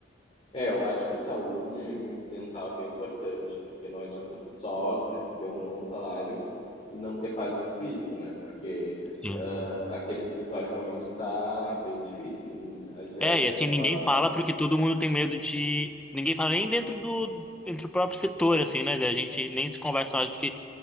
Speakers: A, on the left; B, in the centre.
A: É, eu acho que a saúde mental é bem importante, porque não adianta só receber um bom salário e não ter paz de espírito, né? Porque
B: Sim.
A: ah, aquele escritório realmente está bem difícil. A Jéssica
B: É, e assim ninguém
A: faz
B: fala
A: a
B: porque todo mundo tem medo de. Ninguém fala nem dentro do, dentro do próprio setor, assim, né? A gente nem se conversa mais porque